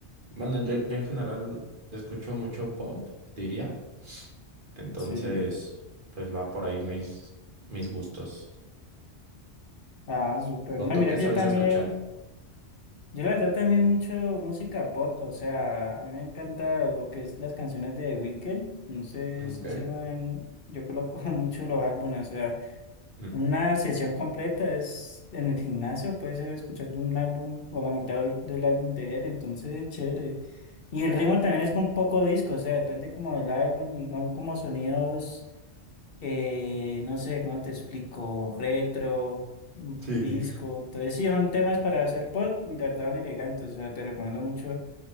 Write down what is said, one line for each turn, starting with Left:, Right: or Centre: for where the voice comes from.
Right: Bueno, yo, yo en general escucho mucho pop, diría. Entonces,
Left: Sí,
Right: pues va por ahí mis, mis gustos.
Left: ah, súper.
Right: ¿O
Left: No,
Right: tú
Left: mira
Right: qué
Left: que
Right: sueles
Left: yo también,
Right: escuchar?
Left: yo la verdad también mucho música pop, o sea, a mí me encanta lo que es las canciones de The Weeknd, entonces
Right: Mm, Ok.
Left: ese man, yo coloco <laughs> mucho los álbumes, o sea.
Right: Mm,
Left: Una sesión completa es en el gimnasio, puede ser escuchando un álbum o la mitad del del álbum de él, entonces es chévere. Y el ritmo también es con poco disco, o sea, depende como del álbum y son como sonidos, eh, no sé, ¿cómo te explico? Retro, mm,
Right: Sí.
Left: disco. Entonces sí, son temas para hacer pop y trataban elegantes, o sea, te recomiendo mucho